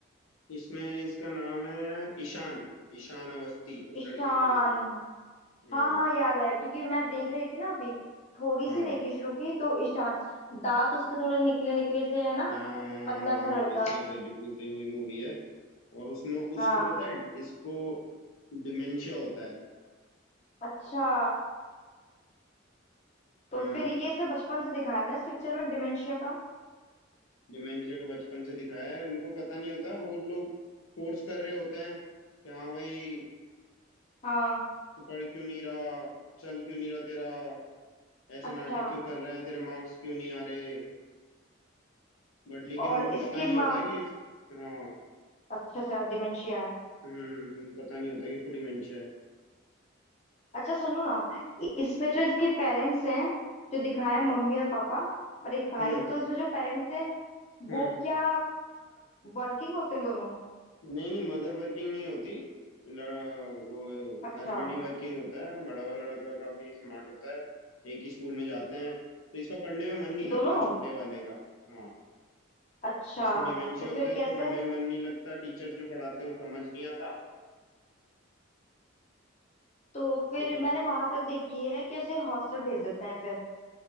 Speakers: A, on the left (about 85°); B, on the left (about 35°).
A: इसमें इसका नाम है ईशान ईशान अवस्थी उस
B: ईशान
A: लड़के का नाम
B: हाँ
A: हाँ
B: हाँ हाँ, याद आया क्योंकि मैं देख रही थी ना अभी थोड़ी
A: हाँ
B: सी देखी शुरू की तो ईशान दांत उसके थोड़े निकले निकले से है ना
A: हाँ हाँ
B: पतला
A: हाँ
B: सा
A: हाँ,
B: लड़का
A: बिल्कुल सही बिल्कुल सही वही मूवी है और उसमें
B: हाँ
A: उसको पता है इसको डिमेंशिया होता है
B: अच्छा तो
A: हम्म
B: फिर ये सब बचपन से दिखाया ना इस पिक्चर में डिमेंशिया का
A: डिमेंशिया के बचपन से दिखाया है उनको पता नहीं होता वो लोग फोर्स कर रहे होते हैं कि हाँ भाई
B: हाँ
A: तू पढ़ क्यों नहीं रहा चल क्यों नहीं रहा तेरा ऐसे
B: अच्छा
A: नाटक क्यों कर रहा है तेरे मार्क्स क्यों नहीं आ रहे बट लेकिन
B: और
A: उनको
B: इसके
A: पता नहीं होता
B: माँ
A: कि इस- हाँ
B: अच्छा अच्छा डिमेंशिया है
A: हम्म उनको पता नहीं होता कि उसको डिमेंशिया है
B: अच्छा सुनो ना इ- इसमें जो इसके पेरेंट्स हैं जो दिखाए मम्मी और पापा और एक भाई
A: हम्म
B: तो इसमें जो पेरेंट्स हैं
A: हम्म
B: वो क्या वर्किंग होते हैं दोनों
A: नहीं नहीं मदर वर्किंग नहीं होती लड़ा, वो
B: अच्छा
A: हस्बैंड ही वर्किंग होता है बड़ा वाला लड़का काफी स्मार्ट होता है एक ही स्कूल में जाते हैं तो इसका पढ़ने में मन नहीं लगता
B: दोनों
A: छोटे वाले का हाँ
B: अच्छा
A: जिसको डिमेंशिया
B: तो
A: होता
B: फिर
A: है
B: कैसे
A: इसको पढ़ने में मन नहीं लगता टीचर्स जो पढ़ाते हैं वो समझ नहीं आता
B: तो फिर
A: तो
B: मैंने
A: फिर
B: वहां तक देखी है कि उसे हॉस्टल भेज देते हैं फिर